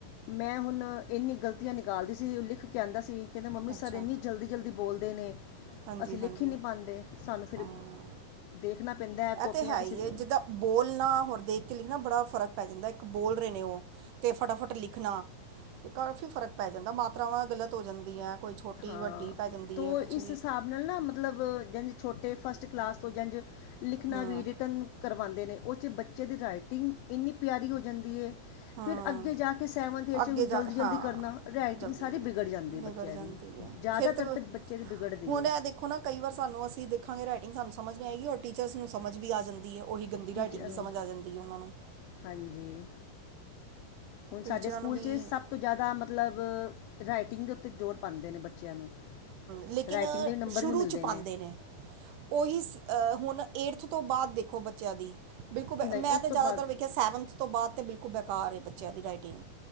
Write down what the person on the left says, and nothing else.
ਮੈਂ ਹੁਣ ਇੰਨੀ ਗਲਤੀਆਂ ਨਿਕਾਲਦੀ ਸੀ ਲਿਖ ਕੇ ਆਂਦਾ ਸੀ ਕੈਂਦਾ ਮੰਮੀ ਸਰ
ਇੰਨੀ ਜਲਦੀ-ਜਲਦੀ ਬੋਲਦੇ ਨੇ
ਅਸੀਂ ਲਿਖ
ਈ ਨੀ ਪਾਂਦੇ। ਸਾਨੂੰ ਫਿਰ
ਦੇਖਣਾ ਪੈਂਦਾ
ਕੌਪੀਆਂ
ਕਿਸੇ
ਦੀ।
ਹਾਂ
ਤੋ
ਇਸ ਹਿਸਾਬ ਨਾਲ ਨਾ ਮਤਲਬ ਜ ਛੋਟੇ ਫਸਟ ਕਲਾਸ ਤੋਂ ਜਾਂ ਲਿਖਣਾ
ਵੀ ਰਿਟਨ ਕਰਵਾਂਦੇ ਨੇ ਓ ਚ ਬੱਚੇ ਦੀ ਰਾਈਟਿੰਗ ਇੰਨੀ ਪਿਆਰੀ ਹੋ ਜਾਂਦੀ ਏ।
ਫਿਰ ਅੱਗੇ ਜਾ ਕੇ ਸੈਵਨਥ ਵਿੱਚ
ਹੁ ਜਲਦੀ-ਜਲਦੀ
ਕਰਨਾ ਰਾਈਟਿੰਗ
ਸਾਰੀ ਵਿਗੜ ਜਾਂਦੀ ਐ ਬੱਚਿਆਂ
ਦੀ।
ਜਾਦਾਤਰ
ਤੇ ਬੱਚੇ ਦੀ ਵਿਗੜਦੀ
ਏ।
ਟੀਚਰ
ਨੂੰ
ਹਾਂਜੀ, ਹੁਨ ਸਾਡੇ
ਸਕੂਲ
ਚ ਸਭ ਤੋਂ ਜਾਦਾ ਮਤਲਬ ਰਾਈਟਿੰਗ ਦੇ ਉਤੇ ਜ਼ੋਰ ਪਾਂਦੇ ਨੇ ਬੱਚਿਆਂ ਨੂੰ।
ਰਾਈਟਿੰਗ ਦੇ ਨੰਬਰ
ਵੀ ਮਿਲਦੇ
ਨਹੀਂ
ਉਸ
ਤੋਂ
ਬਾਅਦ